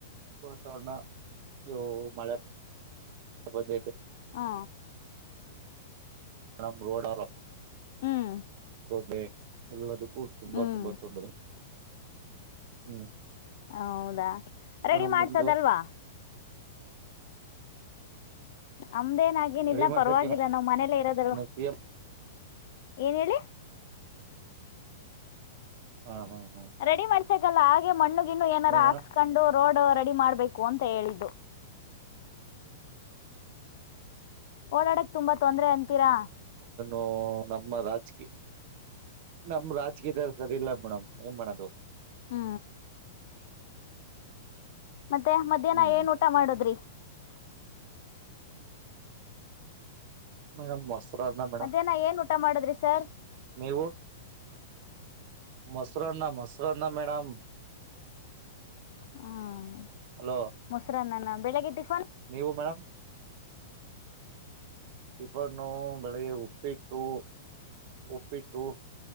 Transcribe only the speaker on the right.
ತಣ <unintelligible> ಮಳೆ ಬಂದ
ಮ್ ರೋಡ್
ಬೆ ಎಲ್ಲ <unintelligible> ಹೂ ತುಂಬಾ
ತುಂಬ ತೊಂದ್ರೆ ಹ್ಮ್
ಮೇಡಮ್
ನಿಮ್ದು
ರೆಡಿ
ಮಾಡ್ಸಕ್ಕೆ
ಸಿ ಎಂ
ಹಾ ಹಾ ಹಾ
ನೀವ್
ಮೇಡಮ್
ಓ ನಮ್ಮ ರಾಜಕೀಯ ನಮ್ ರಾಜಕೀಯದವರು ಸರಿ ಇಲ್ಲ ಮೇಡಮ್ ಏನ್ ಮಾಡೋದು
ಹ್ಮ್
ಮೇಡಮ್ ಮೊಸ್ರನ್ನ ಮೇಡಮ್
ನೀವು ಮೊಸೂರನ್ನ ಮೊಸೂರನ್ನ ಮೇಡಮ್
ಹಲೋ
ನೀವು ಮೇಡಮ್ ಟಿಫನ್ನು ಬೆಳಗ್ಗೆ ಉಪ್ಪಿಟ್ಟು ಉಪ್ಪಿಟ್ಟು